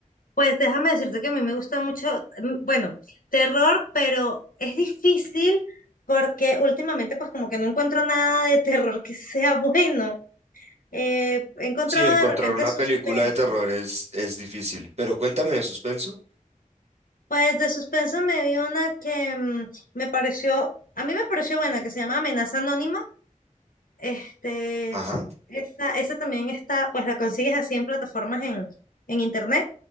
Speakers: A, on the left; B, on the right.
A: Pues déjame decirte que a mí me gusta mucho, mm, bueno, terror, pero es difícil porque últimamente pues como que no encuentro nada de terror que sea <laughs> bueno. Eh, he encontrado
B: Sí, encontrar
A: de repente
B: una
A: suspenso.
B: película de terror es, es difícil, pero cuéntame de suspenso.
A: Pues de suspenso me vi una que mm, me pareció, a mí me pareció buena, que se llama Amenaza Anónima. Este,
B: Ajá.
A: esa, esa también está, pues la consigues así en plataformas en, en internet.